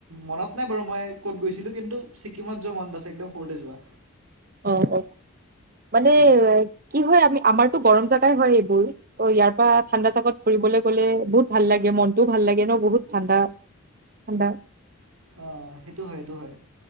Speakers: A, on the right (about 80°); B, on the right (about 40°).
A: মনত নাই বাৰু মই ক'ত গৈছিলোঁ কিন্তু ছিকিমত যোৱা মন আছে একদম সৰুতে যোৱা।
B: অ অ মানে
A: অ
B: কি হয় আমি আমাৰতো গৰম জোগাই হয় এইবোৰ ত' ইয়াৰ পৰা ঠাণ্ডা জাগাত ফুৰিবলৈ গ'লে বহুত ভাল লাগে মনটোও ভাল লাগে ন বহুত ঠাণ্ডা সে
A: অঁ সেইটো হয় সেইটো হয়